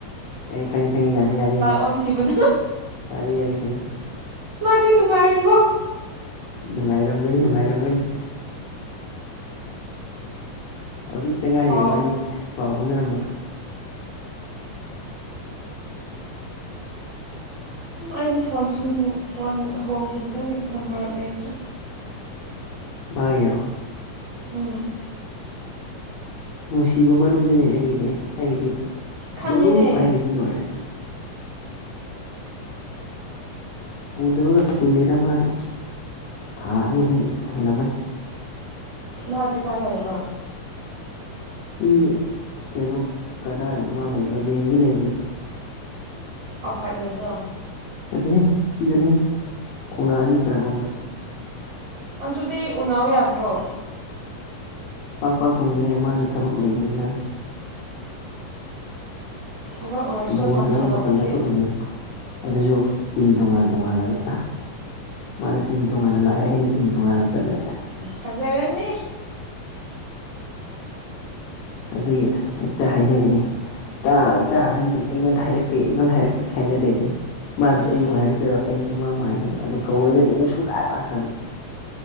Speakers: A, on the left; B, on the right.
A: ꯈ ꯈꯥꯏ ꯈꯥꯏ ꯌꯥꯔꯦ ꯌꯥꯔꯦ ꯌꯥꯔꯦ
B: ꯑꯣꯟꯈꯤꯕꯗꯣ
A: ꯌꯥꯔꯦ ꯌꯥꯔꯦ ꯈ
B: ꯃꯥꯗꯤ ꯅꯨꯡꯉꯥꯏꯔꯤꯕꯣ
A: ꯅꯨꯡꯉꯥꯏꯔꯝꯒꯅꯤ ꯅꯨꯡꯉꯥꯏꯔꯝꯒꯅꯤ ꯍꯧꯖꯤꯛꯇ ꯉꯥꯏꯔꯕꯥꯅꯤ
B: ꯄꯥꯎ
A: ꯄꯥꯎ ꯍꯣꯅꯔꯝꯕ <inaudible>
B: ꯑꯩꯗꯤ ꯐꯣꯟ ꯐꯣꯟ ꯍꯣꯡꯈꯤꯕꯗꯒꯤ ꯅꯝꯕꯔ ꯂꯩꯇ꯭ꯔꯦ
A: ꯃꯥꯒꯤꯣ
B: ꯎꯝ
A: ꯅꯨꯡꯁꯤꯕ ꯃꯔꯨꯞꯅꯤꯅꯦ ꯑꯩꯒꯤꯗꯤ ꯑꯩꯒꯤꯗꯤ
B: ꯈꯪꯉꯦꯍꯦ
A: ꯃꯔꯨꯞ ꯍꯥꯏꯈ꯭ꯔꯗꯤ ꯂꯣꯏꯔꯦ <inaudible> ꯎꯗꯕꯒ ꯀꯨꯏꯔꯦꯗ ꯃꯥꯁꯨ ꯊꯥ ꯑꯅꯤ ꯑꯍꯨꯝꯛ ꯍꯦꯜꯂꯝꯃꯅꯤ
B: ꯃꯥꯗꯤ ꯀꯥꯏ ꯂꯩꯕ꯭ꯔꯣ
A: ꯁꯤ ꯀꯩꯅꯣ ꯀꯗꯥꯏꯗꯅꯣ ꯃꯥ ꯂꯩꯕꯅꯣ ꯔꯦꯟꯗꯤ ꯂꯩꯕꯅꯤ
B: ꯑꯁꯥꯏ ꯂꯩꯕ꯭ꯔꯣ
A: ꯅꯠꯇꯦꯍꯦ ꯁꯤꯗꯅꯦ ꯀꯧꯅꯥ ꯑꯅꯤ ꯈꯔꯔꯣꯝꯗ
B: ꯑꯗꯨꯗꯤ ꯎꯅꯥꯎ ꯌꯥꯗ꯭ꯔꯣ
A: ꯄꯥꯛ ꯄꯥꯛ ꯐꯪꯗꯔꯦ ꯃꯥꯁꯨ ꯊꯕꯛ ꯂꯩꯕꯅꯤꯅ
B: ꯊꯕꯛ ꯑꯣꯏꯔꯁꯨ
A: ꯕꯣꯜ
B: ꯅꯣꯡ
A: ꯁꯥꯟꯅꯕ
B: ꯐꯥꯗꯣꯛꯇꯤ
A: ꯃꯇꯝꯗ ꯈꯛ ꯎꯅꯩ ꯑꯗꯨꯁꯨ ꯇꯤꯝ ꯇꯣꯉꯥꯟ ꯇꯣꯉꯥꯜꯂꯒ ꯃꯥꯅ ꯇꯤꯝ ꯇꯣꯉꯥꯟꯅ ꯂꯥꯛꯑꯦ ꯑꯩꯅ ꯇꯤꯝ ꯇꯣꯉꯥꯟꯅ ꯆꯠꯂꯦ
B: ꯎ ꯐꯖꯔꯅꯤ
A: ꯑꯗꯨꯒꯤ ꯑꯁ ꯍꯦꯛꯇ ꯍꯥꯏꯅꯔꯤꯅꯦ ꯇꯥ ꯏꯇꯥ ꯅꯪꯗꯤ ꯑꯩꯉꯣꯟꯗ ꯍꯥꯏꯔꯛꯇꯦ ꯑꯩꯉꯣꯟꯗ ꯍꯥꯏꯔꯛꯇꯦ ꯍꯥꯏꯅꯗꯣꯏꯅꯦ ꯃꯥꯗꯨꯁꯨ
B: ꯏꯁ
A: ꯑꯩꯕꯨꯨꯛ ꯍꯥꯏꯔꯛꯇꯕ ꯑꯩꯅꯁꯨ ꯃꯥꯕꯨ ꯍꯥꯏꯗꯣꯏꯔꯤꯕ ꯑꯗꯨ ꯀꯧꯔꯒꯗꯤ ꯑꯃꯨꯛ ꯁ ꯂꯥꯛ ꯂꯥꯛꯇꯕ